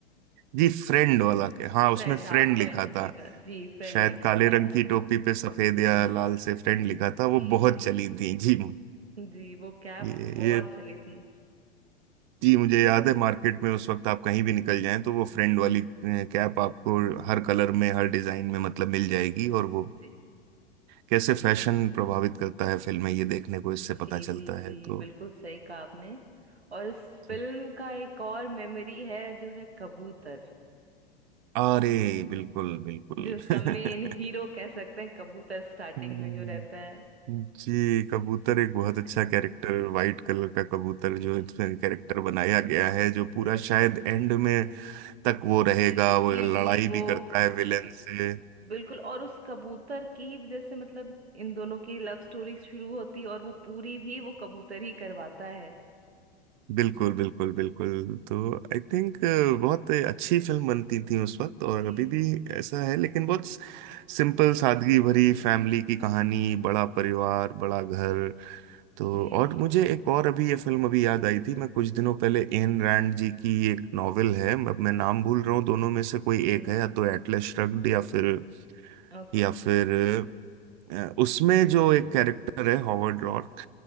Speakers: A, on the right; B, on the right.
A: जी फ्रेंड वाला के हाँ
B: फ्रेंड
A: उसमें फ्रेंड
B: हाँ फ्रेंड्स
A: लिखा था
B: लिखा जी फ्रेंड
A: शायद
B: लिखा
A: काले
B: था
A: रंग की टोपी पे सफेद
B: जी
A: या लाल से फ्रेंड लिखा था
B: जी
A: वो बहुत
B: जी
A: चली थी जी
B: जी वो कैप
A: ये
B: बहुत
A: ये
B: चली थी
A: जी मुझे याद है मार्केट में उस वक्त आप कहीं भी निकल जाएं तो वो फ्रेंड वाली अ, कैप आपको हर कलर में हर डिजाइन में मतलब मिल जाएगी और वो
B: जी
A: कैसे फैशन प्रभावित करता है फिल्में ये देखने को इससे
B: जी
A: पता चलता
B: जी
A: है
B: जी
A: तो
B: बिल्कुल सही कहा आपने और इस
A: जी
B: फिल्म का एक और मेमोरी है जो है कबूतर
A: अरे बिल्कुल बिल्कुल
B: जो उसका
A: <laughs>
B: मेन हीरो कह सकते हैं कबूतर स्टार्टिंग
A: हम्म,
B: में जो रहता है
A: जी कबूतर एक बहुत
B: <laughs>
A: अच्छा कैरेक्टर वाइट कलर का कबूतर
B: जी
A: जो इसमें कैरेक्टर बनाया गया है जो पूरा शायद एंड में तक वो
B: जी
A: रहेगा वो
B: जी
A: लड़ाई
B: जी वो
A: भी करता है विलेन
B: बिल-
A: से
B: बिल्कुल और उस कबूतर की ही वजह से मतलब इन दोनों की लव स्टोरी शुरू होती और वो पूरी भी वो कबूतर ही करवाता है
A: बिल्कुल बिल्कुल बिल्कुल तो आई थिंक बहुत अच्छी फिल्म बनती थी उस वक्त और
B: जी
A: अभी भी ऐसा है लेकिन बहुत सिंपल सादगी भरी फैमिली की कहानी बड़ा परिवार बड़ा घर
B: जी
A: तो
B: जी
A: और मुझे एक और अभी ये फिल्म अभी याद आई थी मैं कुछ दिनों पहले एन रैंड जी की एक नॉवेल है अब मैं नाम भूल रहा हूँ दोनों में से कोई
B: जी
A: एक है या तो एटलस श्रग्ड या फिर
B: ओके
A: या फिर अ, उसमें जो एक कैरेक्टर है हॉवर्ड रॉक